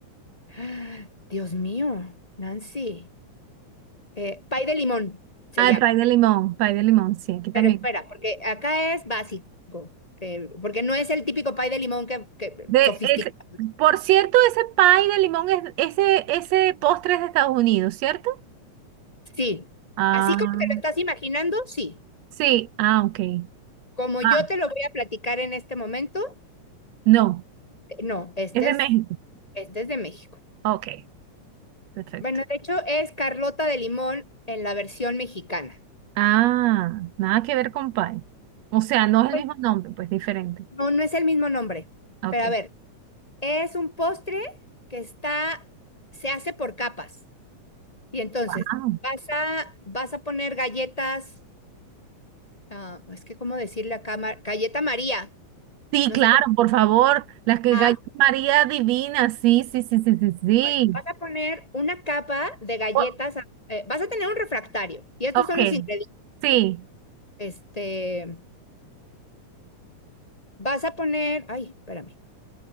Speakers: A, on the left; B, on the right.
A: ah, Dios mío, Nancy, eh, pie de limón se
B: Ah,
A: llama.
B: el pie de limón, pie de limón, sí, aquí también.
A: Pero espera, porque acá es básico, eh, porque no es el típico pie de limón que, que-
B: De
A: sofisticado
B: ese- por cierto, ese pie de limón es, ese, ese postre es de Estados Unidos, ¿cierto?
A: Sí,
B: Ah,
A: así como te lo estás imaginando, sí.
B: sí, ah, ok.
A: Como
B: Ah,
A: yo te lo voy a platicar en este momento,
B: no,
A: eh, no, este
B: es de
A: es,
B: México.
A: este es de México.
B: Ok, perfecto.
A: Bueno, de hecho es Carlota de Limón en la versión mexicana.
B: Ah, nada que ver con pie. O sea, no es
A: Pues
B: el mismo nombre, pues diferente.
A: no, no es el mismo nombre,
B: Ok.
A: pero a ver, es un postre que está, se hace por capas. Y entonces,
B: Ah,
A: vas a, vas a poner galletas, ah, es que cómo decirle acá, Mar, galleta María,
B: sí,
A: no
B: claro,
A: sé cómo,
B: por favor. Las que
A: ah,
B: galletas María Divina, sí, sí, sí, sí, sí, sí.
A: Bueno, vas a poner una capa de galletas,
B: O-
A: ah, eh, vas a tener un refractario y estos
B: Ok,
A: son los ingredientes.
B: sí,
A: Este, vas a poner, ay, espérame,